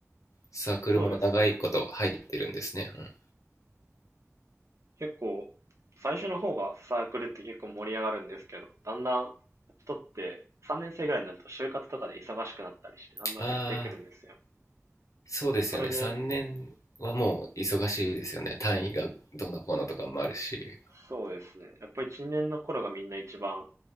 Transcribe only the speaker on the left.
サークルも長いこと入ってるんですね、
うん、
ああそうですよね3年はもう忙しいですよね単位がどうのこうのとかもあるし